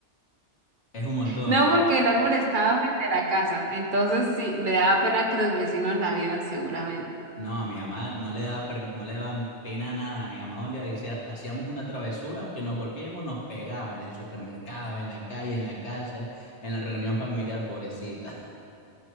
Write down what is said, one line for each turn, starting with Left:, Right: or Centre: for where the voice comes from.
Left: Es un montón.
Right: no porque el árbol estaba frente a la casa, entonces sí, le daba pena que los vecinos la vieran seguramente.
Left: No, a mi mamá no le daba, permi- no le daban pena nada. A mi mamá donde hacía- hacíamos una travesura, aunque nos golpeemos, nos pegaba en el supermercado, en la calle, en la casa, en, en la reunión familiar, pobrecita.